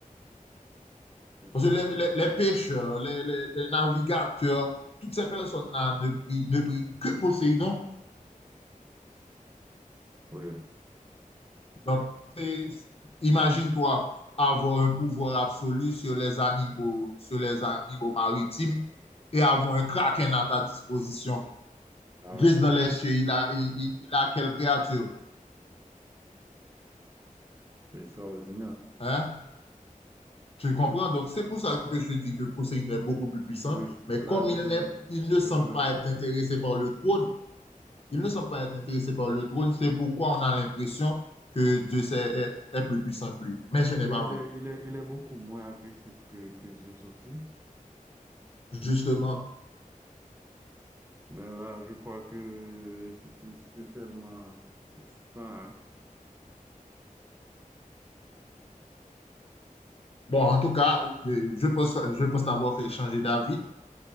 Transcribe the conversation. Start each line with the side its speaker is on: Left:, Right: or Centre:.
Right: bien sûr.
Left: Parce que les, les- les pêcheurs, les, les- les navigateurs, toutes ces personnes-là ne prient, ne prient que Poséidon.
Right: Oui.
Left: Donc, c'est- imagine-toi avoir un pouvoir absolu sur les animaux, sur les animaux maritimes et avoir un kraken à ta disposition.
Right: Ah,
Left: Juste dans les cieux, il a, il, il- il a quelle créature?
Right: c'est extraordinaire.
Left: Hein? Tu comprends? Donc, c'est pour ça que je te dis que Poséidon est beaucoup plus puissant,
Right: Oui,
Left: mais
Right: là,
Left: comme
Right: je
Left: il
Right: te
Left: n'est,
Right: rejoins.
Left: il ne
Right: Je
Left: semble
Right: te rejoins.
Left: pas être intéressé par le trône, il ne semble pas être intéressé par le trône, c'est pourquoi on a l'impression que Dieu c'est- est, est plus puissant que lui. Mais ce n'est
Right: Et il
Left: pas vrai.
Right: est, il est, il est beaucoup moins agressif que, que Zeus aussi.
Left: Justement,
Right: Ben là, je crois que c'était, c'était tellement excitant. hein.
Left: bon, en tout cas, euh, je pense, je pense t'avoir fait changer d'avis.